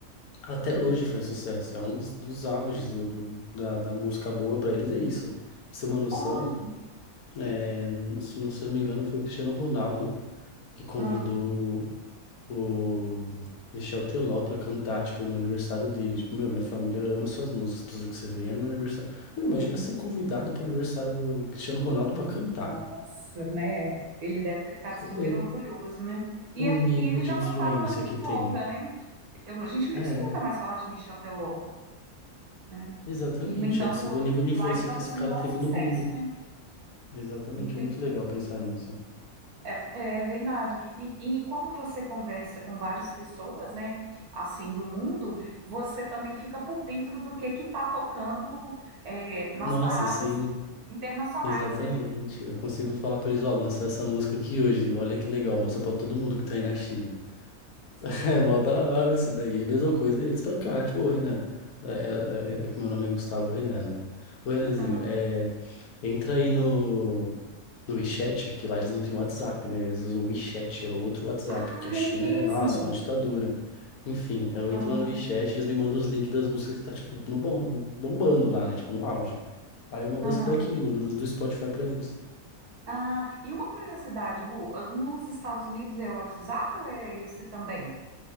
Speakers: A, on the left; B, on the right.
A: Até hoje faz sucesso. É um dos, dos auges do, do- do- da, da música boa pra eles, é isso. Pra você ter uma noção,
B: Olha.
A: é, se não se eu não me engano, foi o Cristiano Ronaldo que convidou
B: Ah.
A: o Michel Teló pra cantar, tipo, no aniversário dele. Tipo, meu, minha família ama suas músicas, precisa que você venha no meu aniversário. Meu, imagina ser convidado pro aniversário do Cristiano Ronaldo
B: No-
A: pra cantar.
B: Nossa, né? Ele deve ter ficado
A: Você
B: super
A: vê
B: orgulhoso, né?
A: o
B: E aqui
A: nível
B: ele
A: de
B: já
A: influência
B: não tá tanto
A: que
B: em
A: tem.
B: voga, né? Eu, não- a gente não
A: É,
B: escuta mais falar de Michel Teló, né?
A: exatamente.
B: E, no entanto,
A: É possível
B: lá,
A: o nível de influência
B: lá ele tá
A: que
B: fazendo
A: esse cara
B: o maior
A: teve
B: sucesso,
A: no mundo.
B: né?
A: Exatamente,
B: Não
A: muito legal pensar nisso.
B: É, é verdade. E, e como você conversa com várias pessoas, né? Assim, do mundo, você também fica por dentro do que que está tocando é, nas
A: Nossa,
B: paradas
A: sim,
B: internacionais,
A: exatamente.
B: né?
A: Eu consigo falar pra eles, ó, lançar essa música aqui hoje. Olha que legal, mostra pra todo mundo que tá aí na China. <laughs> É mó da hora isso daí. É A mesma coisa eles pra cá. Tipo, ô Renan. É, é, é que meu nome é Gustavo Renan, né? Ô Renanzinho,
B: Aham.
A: é, entra aí no, no WeChat, que lá eles não têm WhatsApp, né? Eles usam o WeChat, é outro WhatsApp,
B: Ah,
A: porque a China
B: é mesmo?
A: é, nossa, uma ditadura. Enfim, eu
B: Aham,
A: entro lá no WeChat, eles me mandam os links das músicas que tá, tipo, no bom, bombando lá, né? Tipo, no auge. Aí eu mando
B: aham.
A: as daqui, mando os do Spotify pra eles.
B: Ah, e uma curiosidade, Gu, ah, nos Estados Unidos é o WhatsApp ou é esse também?